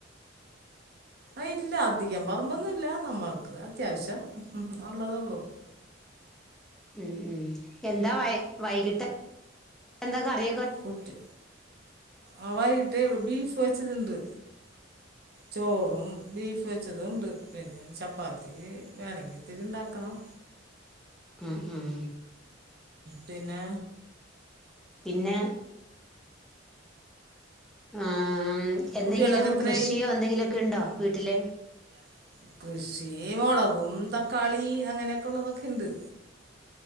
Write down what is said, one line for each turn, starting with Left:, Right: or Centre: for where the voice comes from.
Right: ആ ഇല്ല അധികം പറമ്പോന്നുല്ല നമ്മൾക്ക് അത്യാവശ്യം ഒള്ളതൊള്ളു.
Centre: ഉം ഉം എന്താ വ വൈകിട്ട് എന്താ കറി
Right: കുട്ടി ആ വൈ ട്ട് ഇവ ബീഫ് വെച്ചതിണ്ട് ചോറും ബീഫ് വെച്ചതുമുണ്ട് പിന്നെ ചപ്പാത്തി ഇത്തിരി വേണെങ്കി ഇത്തിരി ഇണ്ടാക്കണം
Centre: ഉം ഉം
Right: പിന്നെ
Centre: പിന്നെ ആ എന്തെങ്കിലും
Right: കുട്ടികളൊക്കെ എത്രയായി
Centre: കൃഷിയോ എന്തെങ്കിലുമൊക്കെ ഉണ്ടോ? വീട്ടില്
Right: <unintelligible> ഈ മുളകും തക്കാളി അങ്ങനെയൊക്കെ ഉള്ളതൊക്കെ ഉണ്ട്